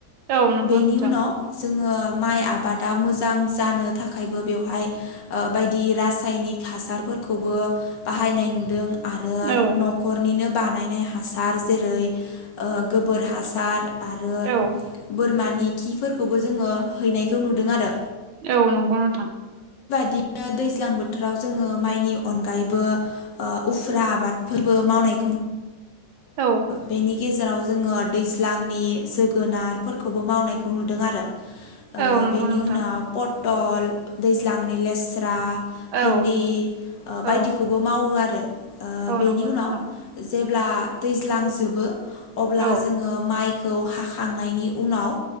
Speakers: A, on the right; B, on the left.
A: औ नंगौ
B: बेनि
A: नोंथां
B: उनाव जोङो माइ आबादा मोजां जानो थाखायबो बेवहाय बायदि रासायनिक हासारफोरखौबो बाहायनाय नुदों आरो
A: औ
B: न'खरनिनो बानायनाय हासार जेरै गोबोर हासार आरो
A: औ
B: बोरमानि खिफोरखौबो जोङो हैनायखौ नुदों आरो
A: औ नंगौ नोंथां
B: बिदिनो दैज्लां बोथोराव जोङो माइनि अनगायैबो उफुर्रा आबादफोरबो मावनाय
A: औ
B: ननि गेजेराव जोङो दैज्लांनि जोगोनारफोरखौबो मावनायखौ नुदों आरो
A: औ नंगौ
B: बेनि
A: नोंथां
B: उनाव पटल दैज्लांनि लेस्रा भिन्दि
A: औ औ
B: बायदिखौबो मावो आरो ओ
A: औ
B: बेनि
A: नंगौ
B: उनाव
A: नोंथां
B: जेब्ला दैज्लांजोबो अब्ला
A: औ
B: जोङो माइ खौ हाखांनायनि उनाव